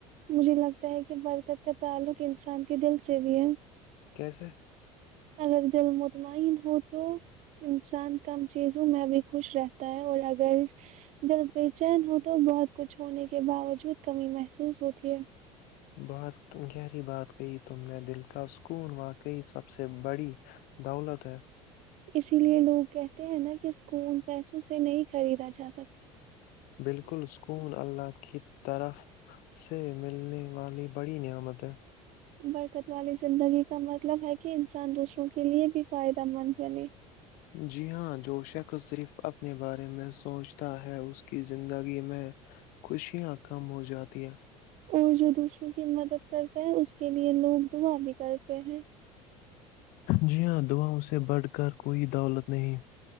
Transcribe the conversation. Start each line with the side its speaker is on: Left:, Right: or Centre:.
Right: مجھے لگتا ہے کہ برکت کا تعلق انسان کے دل سے بھی ہے
Left: کیسے؟ <unintelligible>
Right: اگر دل مطمئن ہو تو انسان کم چیزوں میں بھی خوش رہتا ہے اور اگر دل بے چین ہو تو بہت کچھ ہونے کے باوجود کمی محسوس ہو جٹھیک
Left: بات گہری بات کہی تم نے دل کا سکون واقعی سب سے بڑی دولت ہے
Right: اسی لیے لوگ کہتے ہیں نا کہ اسکون پیسوں سے نہیں خریدا جا سکتا
Left: بالکل سکون اللہ کی طرف سے ملنے والی بڑی نعمتیں
Right: برکت والی زندگی کا مطلب ہے کہ انسان دوسروں کے لیے بھی فائدہ مند بنے
Left: جی ہاں جو شیخ صرف اپنے بارے میں سوچتا ہے اس کی زندگی میں خوشیاں کم ہو جاتی
Right: اور جو دوسروں کی مدد کرتے ہیں اس کے لیے لوگ تم ابھی کرتے ہیں
Left: جی ہاں دعا اسے بڑھ کر کوئی دولت نہیں